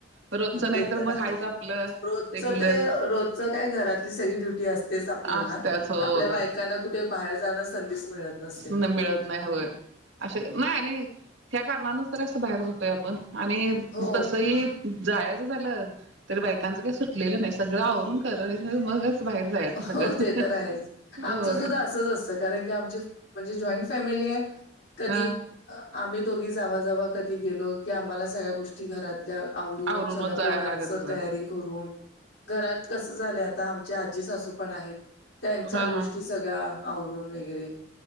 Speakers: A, on the right; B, on the left.
A: रोजचं नाही
B: ते तर
A: मग
B: आहे
A: हायच आपलं
B: रोजचं
A: रेग्युलर
B: ते रोजचं काय घरातली सगळी ड्युटी असतेच आप आपला
A: असत्याच होय
B: आपल्या बायकांना कुठे बाहेर जाण संधीच मिळत नसते.
A: मिळत नाही होय अ नाही त्या कारणानच तर असं बाहेर जतोय आपण. आणि
B: हो,
A: तसही जायचं झालं तरी बायकांच काय सुटलेलं नाही सगळं आवरून कर मगच बाहेर जायचं सगळं
B: हो ते तर आहेच आमचं
A: होय
B: सुद्धा असंच असतं. कारन की आमची म्हणजे जॉईंट फॅमिली आहे कधी
A: हा
B: आम्ही दोघी जावाजवा कधी गेलो की आम्हाला सगळ्या गोष्टी घरात. आवरून
A: आवरूनच
B: सगळ्या
A: जायला
B: पोरांच
A: लागतच
B: तयारी करून घरात कस झालं आता आमच्या आजे सासू पण आहेत त्यांच्या
A: हा
B: गोष्टी
A: हा
B: सगळ्या आवरून वगैरे